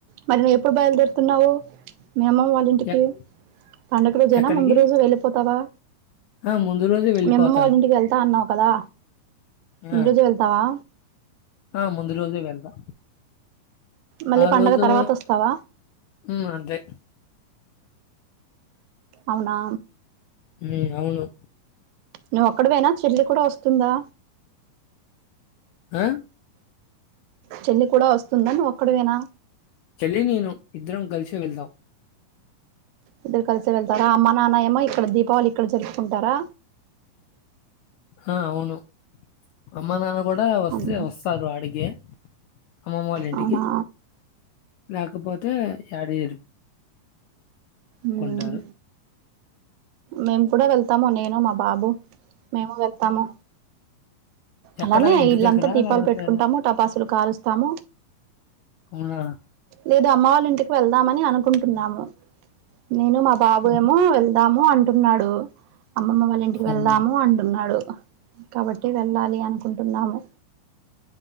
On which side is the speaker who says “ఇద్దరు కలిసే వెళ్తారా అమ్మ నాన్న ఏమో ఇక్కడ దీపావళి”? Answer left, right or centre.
Right